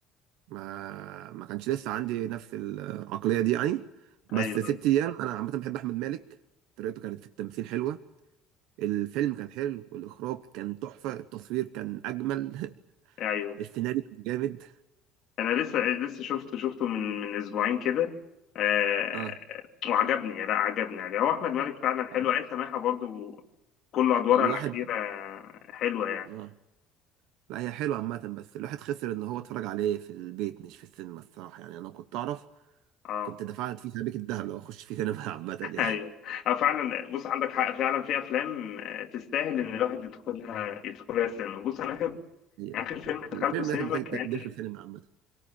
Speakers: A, on the right (about 70°); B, on the left (about 45°).
A: ما ما كانش لسه عندي نفس العقلية دي يعني بس
B: ايوه
A: ست
B: ايوه
A: ايام انا عامة بحب احمد مالك طريقته كانت في التمثيل حلوة الفيلم كان حلو والاخراج كان تحفة التصوير كان اجمل <laughs>
B: ايوه
A: السيناريو كان جامد
B: انا لسه لسه شفته شفته من من اسبوعين كده آه
A: اه
B: وعجبني لا عجبني عجبني. هو احمد مالك فعلا حلو
A: آه.
B: عايز سماحة برضو كل ادوارها
A: الواحد
B: الاخيرة حلوة يعني
A: اه لا هي حلوة عامة بس الواحد خسر ان هو اتفرج عليه في البيت مش في السينما الصراحة يعني انا كنت اعرف
B: اه
A: كنت دفعت فيه سبيك الذهب لو اخش فيه سينما <laughs> عامة
B: <laughs>
A: يعني
B: ايوه اه فعلا بص عندك حق فعلا في افلام آه، تستاهل ان الواحد يدخلها يدخلها السينما بص انا
A: هي-
B: آخر فيلم دخلته
A: الفيلم
B: السينما
A: ده كان محتاج
B: كان
A: داخل سينما عامة